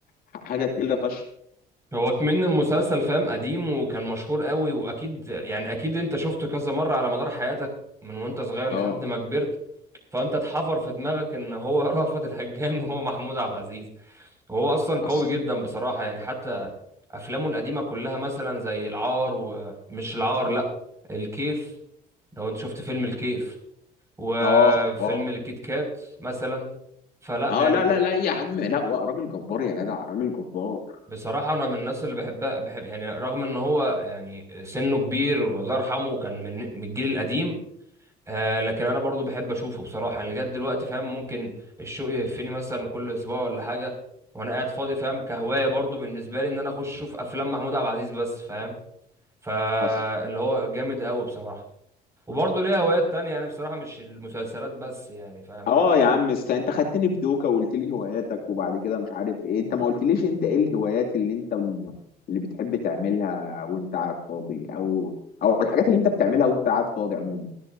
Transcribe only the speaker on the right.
هو كمان المسلسل فاهم قديم وكان مشهور قوي واكيد يعني اكيد انت شفته كذا مرة على مدار حياتك من وانت صغير لحد
ما كبرت فانت اتحفر في دماغك ان هو <laughs> رأفت الهجان هو محمود عبد العزيز وهو اصلا قوي
جدا بصراحة يعني حتى افلامه القديمة كلها مثلا زي العار ومش العار لا الكيف لو انت شفت فيلم الكيف وفيلم
الكيت كات مثلا فلا
يعني
بصراحة أنا من الناس اللي بحبها بحب يعني رغم إن هو يعني سنه كبير والله يرحمه كان من من الجيل القديم آه لكن أنا برضو بحب أشوفه بصراحة يعني لغاية دلوقتي فاهم ممكن الشوق يهفني مثلا كل أسبوع ولا حاجة وأنا قاعد فاضي فاهم كهواية برضو بالنسبة لي إن أنا أخش أشوف أفلام محمود عبد العزيز بس فاهم فاللي
هو جامد أوي بصراحة وبرضه ليا هوايات تانية يعني بصراحة مش المسلسلات بس يعني فاهم